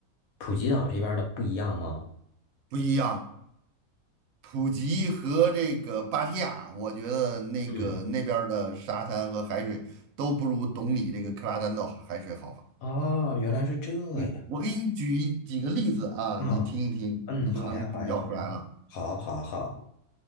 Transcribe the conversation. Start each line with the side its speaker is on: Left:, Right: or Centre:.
Left: 普吉岛这边儿的不一样吗？
Right: 不一样。普吉和这个芭提雅，我觉得那个那边儿的沙滩和海水都不如懂你这个克拉丹岛海水好。
Left: 嗯，哦，原来是这样。
Right: 嗯，我给你举一几个例子啊，
Left: 啊，
Right: 你听一听，
Left: 嗯，
Right: 你就能比较出来了。
Left: 好呀，好呀，好呀，好，好，好，